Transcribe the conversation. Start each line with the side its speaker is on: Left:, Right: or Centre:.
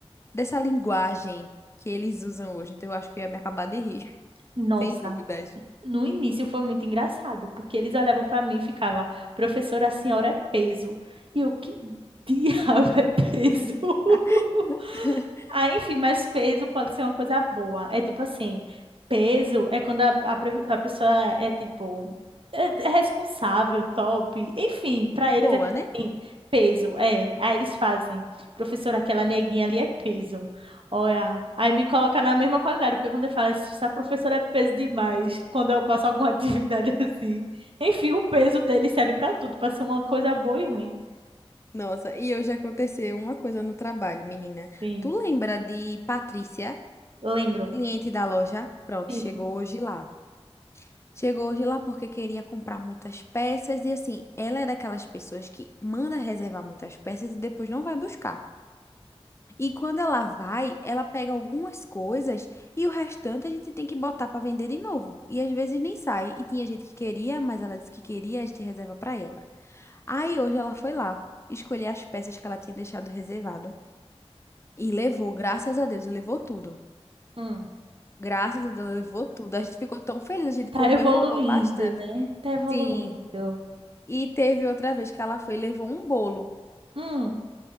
Left: dessa linguagem que eles usam hoje. Então eu acho que eu ia me acabar de rir, <laughs>
Right: Nossa,
Left: sem dúvidas.
Right: no início foi muito engraçado, porque eles olhavam pra mim e ficavam, professora, a senhora é peso. E eu, que diabo é peso? <laughs>
Left: <laughs>
Right: Ah, enfim, mas peso pode ser uma coisa boa. É tipo assim, peso é quando a, a, pre- a pessoa é tipo é, é responsável, top. Enfim, pra eles
Left: Boa,
Right: é tipo
Left: né?
Right: assim, peso, é. Aí eles fazem, professora, aquela neguinha ali é peso. Olha, aí me coloca na mesma qualidade, porque quando ele fala, essa professora é peso demais, quando eu passo alguma <laughs> atividade assim. Enfim, o peso dele serve pra tudo, pra ser uma coisa boa e ruim.
Left: Nossa, e hoje aconteceu uma coisa no trabalho, menina.
Right: Sim,
Left: Tu lembra de Patrícia,
Right: lembro.
Left: cliente da loja? Pronto,
Right: Sim,
Left: chegou
Right: sim.
Left: hoje lá. Chegou hoje lá porque queria comprar muitas peças e assim, ela é daquelas pessoas que manda reservar muitas peças e depois não vai buscar. E quando ela vai, ela pega algumas coisas e o restante a gente tem que botar para vender de novo. E às vezes nem sai. E tinha gente que queria, mas ela disse que queria, a gente reserva para ela. Aí hoje ela foi lá, escolher as peças que ela tinha deixado reservado e levou, graças a Deus, e levou tudo.
Right: Hum.
Left: Graças a Deus, ela levou tudo. A gente ficou tão feliz, a gente
Right: Tá
Left: comemorou
Right: evoluindo,
Left: bastante.
Right: né? Tá evoluindo.
Left: Sim. E teve outra vez que ela foi e levou um bolo.
Right: Hum,